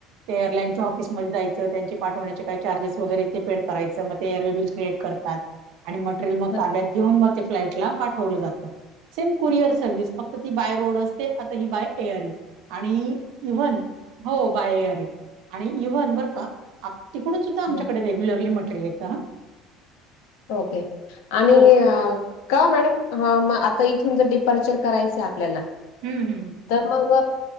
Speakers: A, on the right; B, on the left.
A: ते एअरलाईनच्या ऑफिसमध्येध्ये जायचं त्यांचे पाठवण्याचे काय चार्जेस वगैरे ते पेड करायचं ते म लगेच क्रिएट करतात. आणि मटेरिअल मग
B: हा.
A: ताब्यात. घेऊन मग ते फ्लाईटला पाठवलं जातं. सेम कुरिअर सर्व्हिस फक्त ती बाय रोड असते. आता ही बाय एअर आहे. आणि इव्हन हो बाय एअर आणि इव्हन बरं का आप तिकडून सुद्धा आमच्या
B: हा.
A: वेगळी लागली म्हटली येताना.
B: ओके आणि
A: हो
B: अ का मॅडम हा म आता इथून जर डिपार्चर करायचंय आपल्याला
A: हम् हम्
B: तर मग